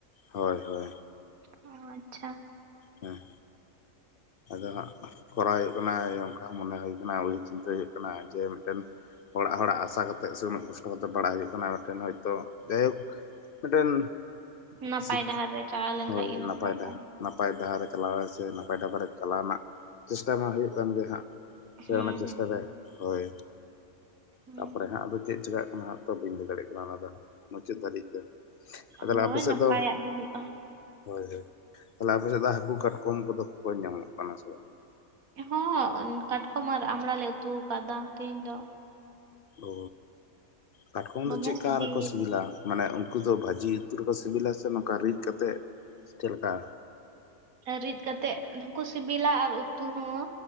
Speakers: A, on the left; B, on the right.
A: ᱦᱳᱭ, ᱦᱳᱭ,
B: ᱚ ᱟᱪᱪᱷᱟ,
A: ᱦᱮᱸ, ᱟᱫᱚ ᱦᱟᱸᱜ ᱠᱚᱨᱟᱣ ᱦᱩᱭᱩᱜ ᱠᱟᱱᱟ ᱤᱟᱹ ᱚᱱᱠᱟ ᱢᱚᱱᱮ ᱦᱩᱭ ᱠᱟᱱᱟ ᱩᱤᱦᱟᱹᱨ ᱪᱤᱱᱛᱟᱹ ᱦᱩᱭᱩᱜ ᱠᱟᱱᱟ, ᱡᱮ ᱢᱮᱫᱴᱮᱱ ᱚᱲᱟᱜ ᱦᱚᱲᱟᱜ ᱟᱥᱟ ᱠᱟᱛᱮᱜ ᱥᱮ ᱩᱱᱟᱹᱜ ᱠᱚᱥᱴᱚ ᱠᱟᱛᱮ ᱵᱟᱲᱟᱭ ᱦᱩᱭᱩᱜ ᱠᱟᱱᱟ ᱢᱤᱫᱴᱮᱱ ᱦᱚᱭᱛᱳ ᱡᱟᱭᱦᱳᱠ᱾ ᱢᱤᱫᱴᱮᱱ
B: ᱱᱟᱯᱟᱭ
A: ᱥᱤᱠ
B: ᱰᱟᱦᱟᱨ ᱨᱮ ᱪᱟᱞᱟᱣ ᱞᱮᱱᱠᱷᱟᱡ
A: ᱦᱳᱭ
B: ᱜᱮ ᱱᱟᱯᱟᱭᱚᱜᱼᱟ
A: ᱱᱟᱯᱟᱭ ᱰᱟ ᱱᱟᱯᱟᱭ ᱰᱟᱦᱟᱨᱮ ᱪᱟᱞᱟᱣ ᱥᱮ ᱱᱟᱯᱟᱭ ᱰᱟᱵᱟᱨᱮ ᱪᱟᱞᱟᱣ ᱨᱮᱱᱟᱜ ᱪᱮᱥᱴᱟ ᱢᱟ ᱦᱩᱭᱩᱜ ᱠᱟᱱ ᱜᱮᱭᱟ ᱦᱟᱸᱜ᱾ ᱥᱮ
B: ᱦᱩᱸ
A: ᱚᱱᱟ ᱪᱮᱥᱴᱟ
B: ᱦᱩᱸ
A: ᱨᱮ, ᱦᱳᱭ,
B: ᱦᱩᱸ
A: ᱛᱟᱯᱚᱨᱮ ᱦᱟᱸᱜ ᱟᱫᱚ ᱪᱮᱫ ᱪᱮᱤᱠᱟᱜ ᱠᱟᱱᱟ ᱦᱟᱸᱜ ᱛᱚ ᱵᱟᱹᱧ ᱞᱟᱹᱭ ᱫᱟᱲᱮᱭᱟᱜ ᱠᱟᱱᱟ ᱚᱱᱟ ᱫᱚ ᱦᱟᱸᱜ ᱢᱩᱪᱟᱹᱫ ᱫᱷᱟᱹᱟᱹᱨᱤᱡ ᱛᱮ᱾
B: ᱦᱳᱭ
A: ᱛᱟᱦᱚᱞᱮ ᱟᱯᱮ ᱥᱮᱫ
B: ᱱᱟᱯᱟᱭᱟᱜ
A: ᱫᱚ?
B: ᱜᱮ ᱦᱩᱭᱩᱜᱼᱟ
A: ᱦᱳᱭ, ᱦᱳᱭ, ᱛᱟᱦᱚᱞᱮ ᱟᱯᱮᱮᱥᱮᱫ ᱫᱚ ᱦᱟᱹᱠᱩ ᱠᱟᱴᱠᱚᱢ ᱠᱚᱫᱚ ᱠᱚ ᱧᱟᱢᱚᱜ ᱠᱟᱱᱟ ᱥᱮ ᱵᱟᱝ?
B: ᱦᱚᱸ, ᱠᱟᱴᱠᱚᱢ ᱟᱨ ᱟᱢᱲᱟ ᱞᱮ ᱩᱛᱩ ᱟᱠᱟᱫᱟ ᱛᱮᱦᱮᱧ ᱫᱚ᱾
A: ᱚ, ᱠᱟᱴᱠᱚᱢ
B: ᱫᱚᱢᱮ
A: ᱫᱚ ᱪᱮᱫᱠᱟ
B: ᱥᱤᱵᱤᱞ
A: ᱨᱮᱠᱚ ᱥᱤᱵᱤᱞᱟ? ᱢᱟᱱᱮ ᱩᱱᱠᱩ ᱫᱚ ᱵᱷᱟᱹᱡᱤ ᱩᱛᱩ ᱨᱮᱠᱚ ᱥᱤᱵᱤᱞᱟ ᱥᱮ ᱱᱚᱝᱠᱟ ᱨᱤᱫ ᱠᱟᱛᱮ ᱪᱮᱫ ᱞᱮᱠᱟ?
B: ᱨᱤᱫ ᱠᱟᱛᱮᱜ ᱦᱚᱸᱠᱚ ᱥᱤᱵᱤᱞᱟ, ᱟᱨ ᱩᱛᱩ ᱦᱚᱸ